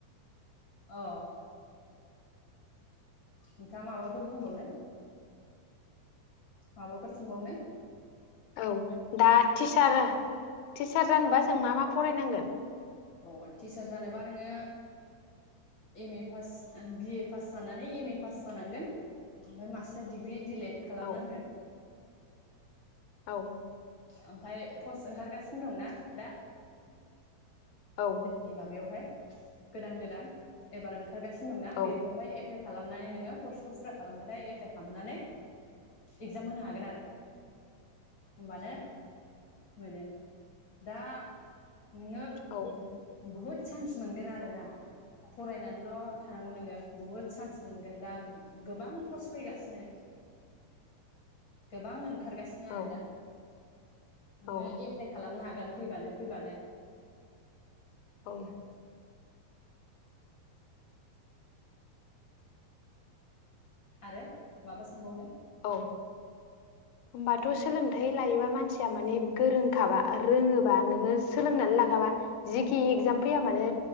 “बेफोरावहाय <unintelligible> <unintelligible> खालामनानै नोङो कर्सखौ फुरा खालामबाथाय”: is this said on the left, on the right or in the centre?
Left